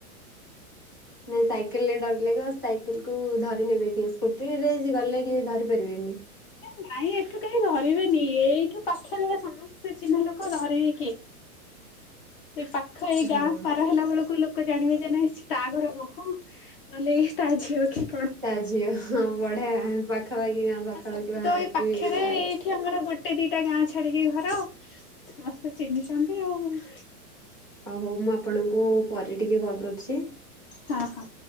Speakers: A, on the right (about 15°); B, on the left (about 40°).
A: ନାଇଁ ସାଇକେଲ୍ ରେ ଡର ଲାଗିବ ସାଇକେଲ୍ କୁ ଧରିନେବେ କି ସ୍କୁଟି ରେ ଗଲେ କି ଧରି ପାରିବେନି।
B: ନାଇଁ ଏଠୁ କାହିଁ ଧରିବେନି ଏଇଠୁ ପାଖରେ ସମସ୍ତେ ଚିହ୍ନନା ଲୋକ ଧରିବେ କିଏ। ସେଇ ପାଖରେ ଏଇ ଗାଁ
A: ହଁ
B: ପାର ହେଲା ବେଳକୁ ଲୋ କ ଜାଣିବା ଜାଣିବା ନାଇ ତା ଘର ବୋହୁ ନହେଲେ ତା ଝିଅ କିଏ।
A: ତା ଝିଅ ହଁ ବଢଆ ପାଖାପାଖିା ପାଖାପାଖି
B: ଆଉ ସବୁ
A: ବାହାରେ
B: ତ ଏଇ ପାଖରେ
A: ବି ଏଟା
B: ଏଇଠି ଆମର ଗୋଟେ ଦିଟା ଗାଁ ଛାଡିକି ଘର ସମସ୍ତେ ଚିହ୍ନିଚନ୍ତି ଆଉ।
A: ଓ ହୋଉ ମୁଁ ଆପଣଙ୍କୁ ପରେ ଟିକେ କଲ୍ କରୁଚି।
B: ହଁ ହଁ।